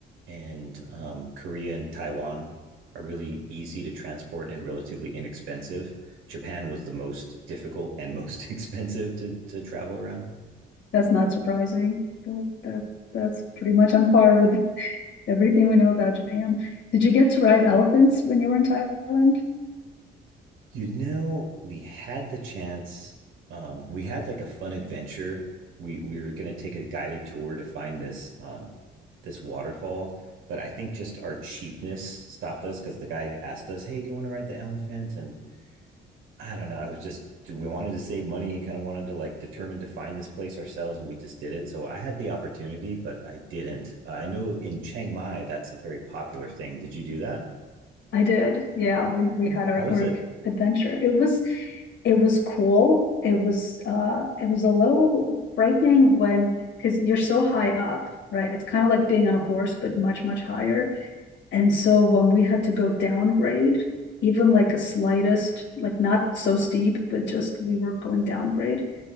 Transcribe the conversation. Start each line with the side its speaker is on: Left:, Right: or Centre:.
Right: and um, Korea and Taiwan are really easy to transport and relatively inexpensive. Japan was the most difficult and most <laughs> expensive to to travel around.
Left: that's not surprising. That, that, that's pretty much on par with <laughs> everything we know about Japan. Did you get to ride elephants when you were in Thailand?
Right: You know, we had the chance. Um, we had like a fun adventure. We we were going to take a guided tour to find this um, this waterfall, but I think just our cheapness stopped us because the guy asked us, "Hey, do you want to ride the elephant?" And I don't know. I was just we wanted to save money. Kind of wanted to like determine to find this place ourselves, and we just did it. So I had the opportunity, but I didn't. Uh, I know in Chiang Mai that's a very popular thing. Did you do that?
Left: I did. Yeah, we we had our
Right: How
Left: group
Right: was it?
Left: adventure. It was it was cool. It was uh it was a little frightening when because you're so high up, right? It's kind of like being on a horse, but much, much higher. And so when we had to go downgrade, even like a slightest, like not so steep, but just we were going downgrade.